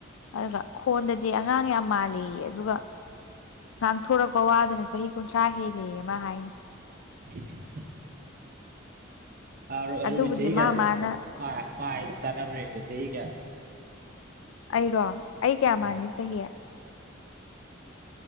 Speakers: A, on the left (about 80°); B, on the right (about 45°).
A: ꯑꯗꯨꯒ ꯈꯣꯟꯗꯗꯤ ꯑꯉꯥꯡ ꯌꯥꯝ ꯃꯥꯜꯂꯤ ꯑꯗꯨꯒ ꯉꯥꯡꯊꯣꯔꯛꯄ ꯋꯥꯗꯅ ꯆꯍꯤ ꯀꯨꯟꯊ꯭ꯔꯥ ꯍꯦꯜꯂꯦ ꯑꯃ ꯍꯥꯏꯅꯤ
B: <inaudible> ꯑꯔ ꯑꯔꯨꯕꯤ
A: ꯑꯗꯨꯕꯨꯗꯤ
B: ꯆꯍꯤ ꯀꯌꯥ
A: ꯃꯥ
B: ꯁꯨꯔꯥꯒꯦ
A: ꯃꯥꯅ
B: ꯃꯥ ꯃꯥ ꯍꯥꯏꯔꯤꯗꯣ ꯆꯥꯟꯅꯕ꯭ꯔꯥ ꯌꯦꯡꯒꯦ ꯆꯍꯤ ꯀꯌꯥ ꯁꯨꯔꯦ
A: ꯑꯩꯔꯣ ꯑꯩ ꯀꯌꯥ
B: ꯑꯥ
A: ꯃꯥꯜꯂꯤ ꯆꯍꯤ